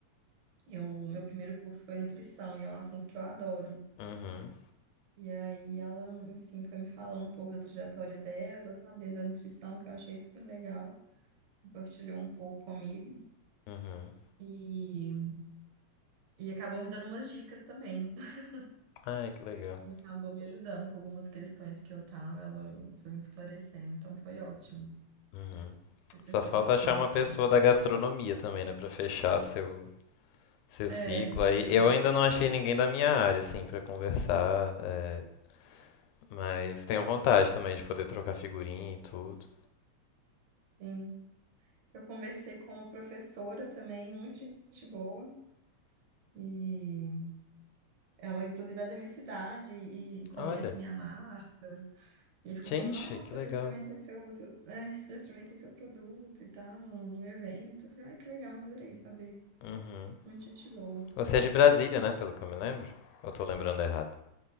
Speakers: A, on the right; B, on the left.
A: eu, meu primeiro curso foi nutrição e é um assunto que eu adoro.
B: uhum,
A: E aí ela, enfim, foi me falando um pouco da trajetória dela, sabe, dentro da nutrição, que eu achei super legal. Compartilhou um pouco comigo
B: uhum.
A: e, e acabou me dando umas dicas também. <laughs>
B: Ai, que legal.
A: Ela acabou me ajudando com algumas questões que eu tava, ela foi me esclarecendo, então foi ótimo.
B: Uhum.
A: Foi super
B: Só falta
A: produtivo,
B: achar uma pessoa
A: cara.
B: da gastronomia também, né, pra fechar seu seu
A: É,
B: ciclo aí.
A: pois
B: Eu
A: é.
B: ainda não achei ninguém da minha área assim pra conversar, é, mas tenho vontade também de poder trocar figurinha e tudo.
A: Sim. Eu conversei com uma professora também, muito gente boa, e ela, inclusive, é da minha cidade e conhece
B: Olha,
A: minha marca. E ficou
B: gente,
A: falando: Nossa,
B: que legal.
A: já experimentei seu, seus- é, já experimentei seu produto e tal, no evento. Eu falei: Ai, que legal, adorei saber.
B: Uhum.
A: Muito gente boa.
B: Você é de Brasília, né, pelo que eu me lembro? Ou tô lembrando errado?